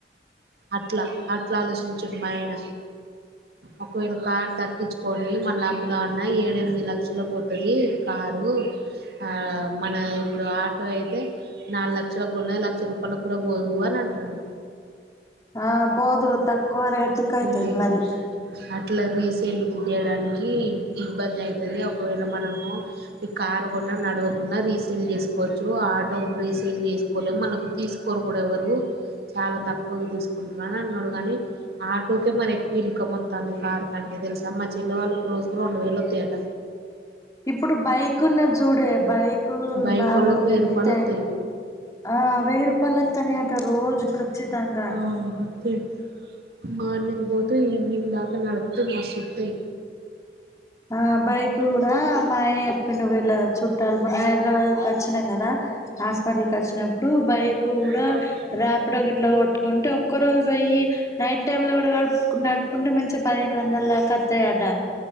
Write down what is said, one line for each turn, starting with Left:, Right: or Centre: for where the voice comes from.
Right: అట్లా అట్లా ఆలోచించండి మా ఆయన
Left: <inaudible>
Right: ఒకవేళ కారు తగక్కించుకొని మళ్ళ అమ్ముదామన్న ఏడ ఎనిమిది లక్షల పోతది కారు ఆ మన ఇప్పుడు ఆటో అయితే నాలుగు లక్షలకొన్నది లక్ష రూపాయలకు గూడా పోదు అని ఇటురండి
Left: ఆ పోదు తక్కువ రేటుకయతది
Right: హ్మ్
Left: మరి
Right: అట్లా రీసేల్ చేయడానికి ఇబ్బంది అయితది ఒకవేళ మనము ఈ కార్ కొన్న నడవకున్న రీసేల్ చేసుకోవచ్చు ఆటో రీసేల్ చేసుకోలేం మనకు తీసుకోరు కూడా ఎవరు చాలా తక్కువకు తీసుకుంటున్నా అని అన్నడు గాని ఆటోకే మరి ఎక్కువ ఇన్కమ్ వత్తాంది కార్ కంటే తెలుసా మా చెల్లె వాళ్ళకు రోజుకు రెండు వేలు వత్తయట
Left: ఇప్పుడు బైక్ ఉన్నది చూడే బైక్
Right: బైకోళ్ళకు
Left: మా ఊర్లోని
Right: వెయ్యి రూపాయలు
Left: అంటే
Right: వత్తాయి
Left: ఆ వెయ్యి రూపాయలు వత్తాన్నయి అంట రోజు ఖచ్చితంగా
Right: ఆ వత్తయి మార్నింగ్ పోతే ఈవినింగ్ దాక నడిపితే మస్తోత్తయి
Left: ఆ బైక్ కూడా మా ఆయనే చెప్పిండు వీళ్ళ చుట్టాలు మొన్న హైదరాబాద్ కొచ్చినం కదా హాస్పిటల్కి వచ్చినప్పుడు బైక్
Right: హ్మ్
Left: కూడా ర్యాపిడో గిట్ల కొట్టుకుంటే ఒక్క రోజు వెయ్యి నైట్ టైమ్ లో కూడా నడుపుకున్న కుంటె మంచిగ పదిహేను వందల దాక వత్తయట